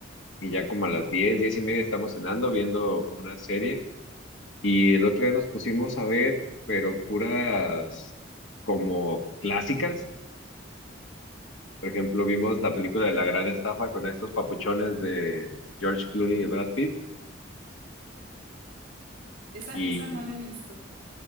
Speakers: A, on the left; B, on the right.
A: y ya como a las 10, 10 y media estamos cenando, viendo una serie. Y el otro día nos pusimos a ver, pero puras como clásicas Por ejemplo, vimos la película de La Gran Estafa con estos papuchones de George Clooney y Brad Pitt.
B: Esa,
A: Y,
B: esa no la he visto.